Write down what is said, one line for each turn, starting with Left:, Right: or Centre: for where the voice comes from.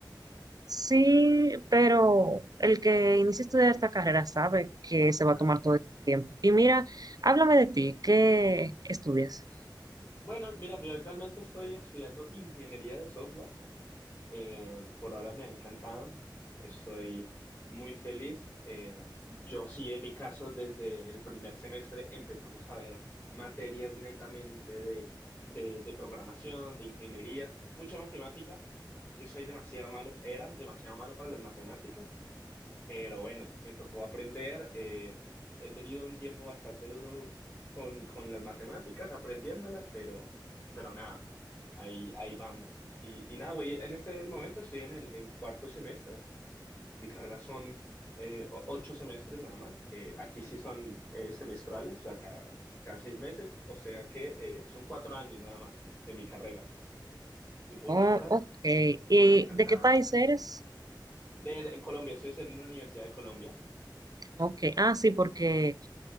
Right: Sí, pero el que inicia a estudiar esta carrera sabe que se
Left: Claro.
Right: va a tomar todo este tiempo. Y mira, háblame de ti, ¿qué estudias?
Left: Bueno, mira, yo actualmente estoy estudiando ingeniería de software. Eh, por ahora me ha encantado, estoy muy feliz. Eh, yo sí, en mi caso, desde el primer semestre empezamos a ver materias netamente de, de, de programación, de ingeniería, mucha matemática. Yo soy demasiado malo, era demasiado malo para las matemáticas. Pero bueno, me tocó aprender. eh, he tenido un tiempo bastante duro con, con las matemáticas, aprendiéndolas, pero, pero nada, ahí, ahí vamos. Y, y nada, voy, en este momento estoy en el en cuarto semestre. Mi carrera son eh, o- ocho semestres nada más. Eh, aquí sí son eh, semestrales, o sea, cada, cada seis meses, o sea que eh, son cuatro años nada más de mi carrera. Y por
Right: Oh,
Left: ahora,
Right: ok. ¿Y
Left: me ha encantado.
Right: de qué país eres?
Left: De, de Colombia, estoy haciendo en una universidad de Colombia.
Right: Ok. Ah, sí, porque